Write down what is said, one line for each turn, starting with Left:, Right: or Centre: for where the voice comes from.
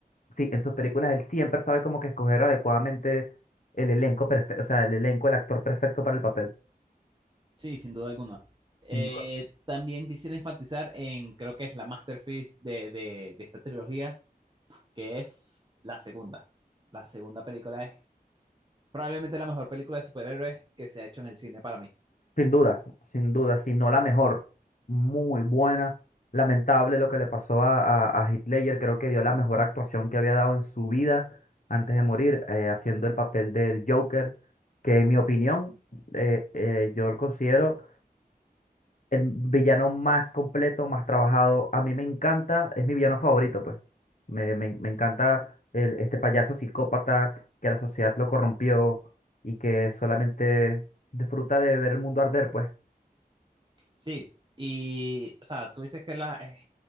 Left: Sí, en sus películas él siempre sabe como que escoger adecuadamente el elenco perfecto, o sea, el elenco, el actor perfecto para el papel,
Right: Sí, sin duda alguna. Eh,
Left: sin duda,
Right: también quisiera enfatizar en, creo que es la masterpiece de, de, de esta trilogía, que es la segunda. La segunda película es probablemente la mejor película de superhéroes que se ha hecho en el cine para mí.
Left: sin duda, sin duda, si no la mejor, muy buena. Lamentable lo que le pasó a, a, a Heath Ledger, creo que dio la mejor actuación que había dado en su vida antes de morir, eh, haciendo el papel del Joker, que en mi opinión, eh, eh, yo lo considero el villano más completo, más trabajado. A mí me encanta, es mi villano favorito, pues. Me, me- me encanta el- este payaso psicópata que la sociedad lo corrompió y que solamente disfruta de ver el mundo arder, pues.
Right: Sí, y, o sea, tú dices que la, es